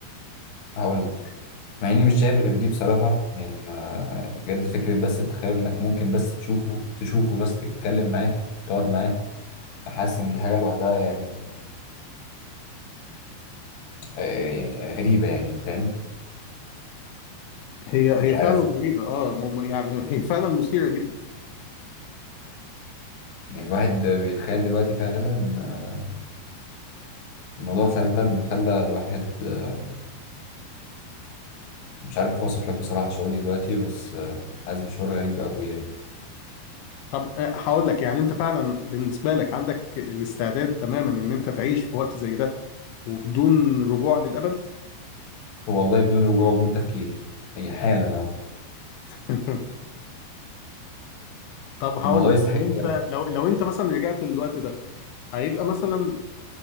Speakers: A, on the left; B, on the left.
A: هقول لك مع اني مش شايف غير دي بصراحه يعني ما بجد فكره بس التخيل انك ممكن بس تشوفه تشوفه بس تتكلم معاه تقعد معاه حاسس ان دي حاجه لوحدها يعني آه، غريبه يعني فاهم
B: هي
A: مش
B: هي
A: عارف
B: فعلا غريبة أه م- م- يعني <laughs> هي فعلا مثيرة جدا
A: يعني الواحد بيتخيل دلوقتي فعلا آه، الموضوع فعلا خلى الواحد آه، مش عارف اوصف لك بصراحه شعوري دلوقتي بس آه، حاسس بشعور غريب قوي يعني
B: طب آه، هقول لك يعني أنت فعلا بالنسبة لك عندك الاستعداد تماما إن أنت تعيش في وقت زي ده وبدون رجوع للأبد
A: والله بدون رجوع وبدون تفكير هي حالا اهو
B: <laughs> طب هقول
A: الموضوع
B: لك
A: يستحق
B: لو انت
A: فعلاً.
B: لو لو انت مثلا رجعت للوقت ده هيبقى مثلا